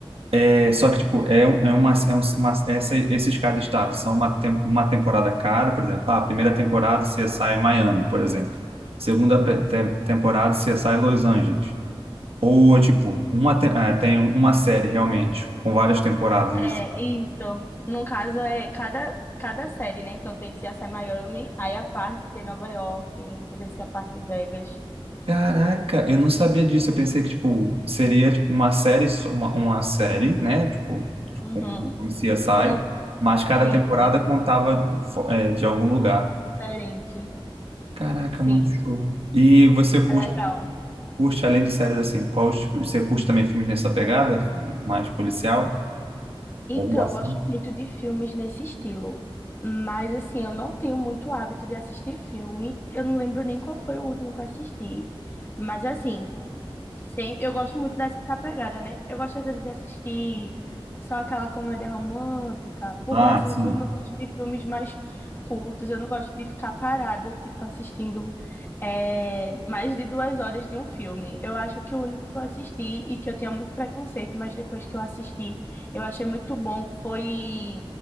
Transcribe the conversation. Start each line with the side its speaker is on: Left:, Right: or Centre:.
Right: É, só que, tipo, é, um- é uma. É um- uma essa, esses cada estado são uma, tem- uma temporada cada, por exemplo. Ah, a primeira temporada CSI Miami, por exemplo. Segunda pe- te- temporada CSI Los Angeles. Ou é tipo, uma te- ah, tem uma série realmente, com várias temporadas.
Left: É, isso. No caso, é cada, cada série, né? Então, tem CSI Miami, aí a parte tem Nova York, entendeu? Se a parte Vegas.
Right: Caraca, eu não sabia disso. Eu pensei que, tipo, seria tipo, uma série, só- uma, uma série, né? Tipo,
Left: Uhum.
Right: um um CSI,
Left: Com...
Right: mas cada
Left: Sim,
Right: temporada
Left: sim.
Right: contava fo- é, de algum lugar.
Left: Diferente.
Right: Caraca,
Left: Sim,
Right: muito show. E você curte,
Left: é legal.
Right: curte além de séries assim, qual, os tipos- você curte também filmes nessa pegada? Mais policial?
Left: Então,
Right: Ou ação?
Left: eu gosto muito de filmes nesse estilo. Mas, assim, eu não tenho muito hábito de assistir filme. Eu não lembro nem qual foi o último que eu assisti. Mas, assim, Sim, eu gosto muito dessa pegada, né? Eu gosto às vezes de assistir só aquela comédia romântica, porque
Right: Ah,
Left: assim,
Right: sim.
Left: o filme eu gosto de filmes mais curtos, eu não gosto de ficar parada, tipo, assistindo é, mais de duas horas de um filme. Eu acho que o único que eu assisti e que eu tinha muito preconceito, mas depois que eu assisti, eu achei muito bom, foi